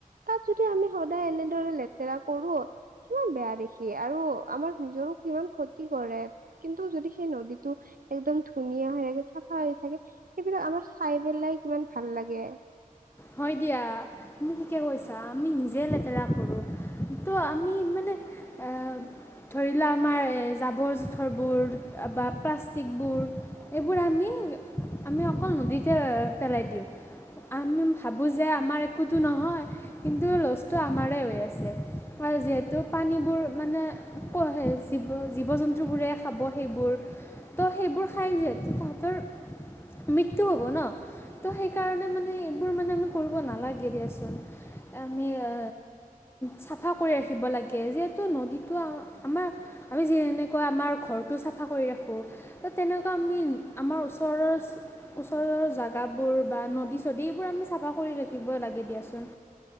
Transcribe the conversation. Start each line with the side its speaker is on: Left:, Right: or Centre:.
Right: তাত যদি আমি সদায় এনেদৰে লেতেৰা কৰো কিমান বেয়া দেখি আৰু আমাৰ নিজৰো কিমান ক্ষতি কৰে কিন্তু যদি সেই নদীত টো একদম ধুনীয়া হৈ থাকে চাফা হৈ থাকে সেইবিলাক আমাৰ চাই পেলাই কিমান ভাল লাগে
Left: হয় দিয়া তুমি ঠিকে কৈছা আমি নিজে লেতেৰা কৰো তো আমি মানে এ ধৰি লোৱা আমাৰ জাবৰ জোথৰবোৰ বা প্লাষ্টিকবোৰ এইবোৰ আমি আমি অকল নদীতে পেলাই দিওঁ আমি ভাবোঁ যে আমাৰ একোতো নহয় কিন্তু লছটো আমাৰে হৈ আছে আৰু যিহেতু পানীবোৰ মানে কহে জীৱ জীৱ জন্তুবোৰে খাব সেইবোৰ ত' সেইবোৰ খাই যিহেতু তাহাঁতৰ মৃত্যু হ'ব ন ত সেইকাৰণে মানে সেইবোৰ মানে আমি কৰিব নালাগে দিয়াচোন আমি এ চাফা কৰি ৰাখিব লাগে যিহেতু নদীটো আমাৰ আমি যি এনেকুৱা আমাৰ ঘৰটো চাফা কৰি ৰাখো ত' তেনেকুৱা আমি আমাৰ ওচৰৰ ওচৰৰ জাগাবোৰ বা নদী চদী বোৰ আমি চাফা কৰি ৰাখিব লাগে দিয়াচোন।